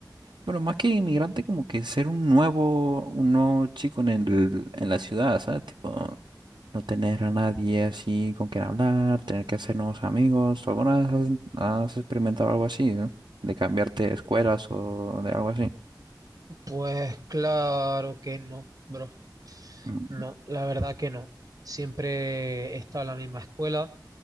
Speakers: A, on the right (about 80°); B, on the right (about 50°).
A: bueno, más que inmigrante, como que ser un nuevo, un nuevo chico en el, en la ciudad, ¿sabes? Tipo, No tener a nadie así con quien hablar, tener que hacer nuevos amigos. ¿Tú alguna vez has, has experimentado algo así, ¿no? De cambiarte de escuelas o de algo así.
B: Pues claro que no, bro.
A: Mm,
B: No, la verdad que no. Siempre he estado en la misma escuela